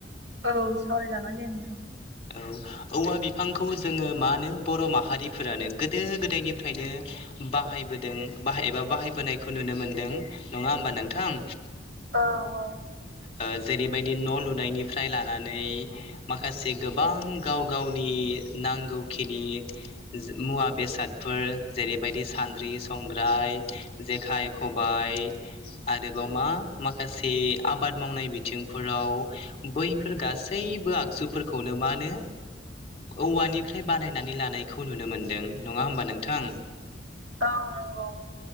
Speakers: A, on the right; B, on the left.
A: औ सावराय जागोन दे नोथां
B: औ औवा बिफांखौ जोङो मा नो बर' माहारिफोरानो गोदो गोदायनिफ्रायनो बाहायबोदों बाहाय एबा बाहायबोनायखौ नुनो मोनदों नङा होमबा नोंथां
A: औ औ
B: ओ जेरैबायदि न' लुनायनिफ्राय लानानै माखा से गोबां गाव गावनि नांगौखिनि मुवा बेसादफोर जेरैबायदि सान्द्रि संग्राय जेखाइ खबाय आरोबाव मा माखासे आबाद मावनाय बिथिंफोराव बैफोर गासैबो आगजु फोरखौनो मानो औवानिफ्राय बानायनानै लानायखौ नुनो मोनदों नङा होमबा नोंथां
A: औ नोंगौ